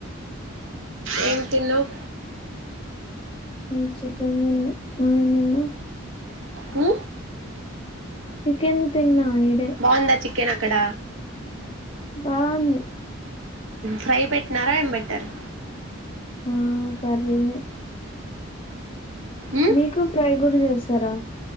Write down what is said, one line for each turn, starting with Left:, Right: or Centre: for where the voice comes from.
Right: ఏం తిన్నవ్
Left: నేను చికెన్ తిన్నా నువ్వేం తిన్నావ్
Right: హు
Left: చికెన్ తిన్నా ఈడే
Right: బాగుందా చి కేన్ అక్కడ
Left: బాగుంది
Right: ఫై పెట్నారా ఏం పెట్టారు
Left: ఆ కర్రినే
Right: ఉమ్
Left: మీకు ఫ్రేయ్ కూడా చేస్తారా